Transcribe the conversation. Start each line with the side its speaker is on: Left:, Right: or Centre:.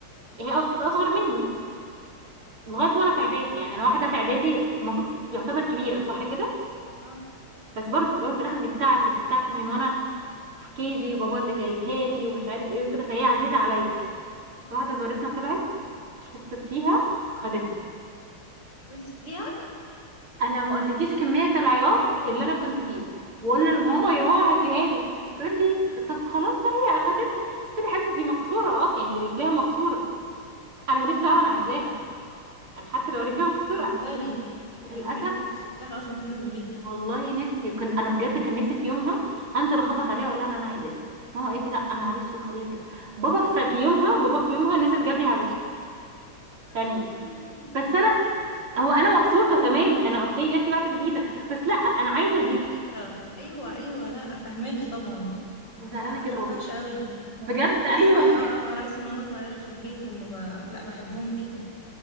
Right: هي أص- كانت اصغر مني لغايه
Left: او
Right: وانا في اعدادي يعني انا واحده في اعدادي المفروض يعتبر كبيره صح كده
Left: اه
Right: بس برضه في الاول وفي الاخر دي بتاعتي بتاعتي من وانا في كيجي وبابا اللي جايبها لي ومش عارف ايه وكده فهي عزيزه عليا
Left: مم.
Right: واحده جارتنا طلعت شطت فيها خدتها
Left: بس سبتيها
Right: انا ما اقولكيش كميه العياط اللي انا كنت فيه واقول لماما يا ماما هاتيها لي تقول لي طب خلاص بقى هي اخدتها قلت لها يا حبيبتي دي مكسوره اصلا يعني رجليها مكسوره انا ماليش دعوه انا عايزاها انا حتى
Left: لا
Right: لو
Left: انت
Right: رجلي مكسوره
Left: بتهزري انا
Right: للاسف
Left: يوم هناك ما كنتش سبتها اصلا تنزل بيها
Right: والله نفسي وكان انا بجد كان نفسي في يومها انزل اخبط عليها اقول لها إن انا عايزاه بس ماما قالت لي لا معلش وخليها كده بابا في س- في يومها بابا في يومها نزل جاب لي عروسه
Left: يا
Right: تانية
Left: روحي
Right: بس انا
Left: <laughs>
Right: هو انا مبسوطه تمام انا اوكي جات لي واحده جديده بس لا انا عايزه دي
Left: هي ذكرى ايوه ايوه لا فهماكي طبعا
Right: وزعلانه
Left: لا لا حركه
Right: جدا والله
Left: وحشه قوي
Right: بجد
Left: انا لحد دلوقتي
Right: <laughs> ايوه
Left: معايا
Right: بجد
Left: اه اه عرايس من وانا صغيره في البيت وما ب... لا بحبهم جدا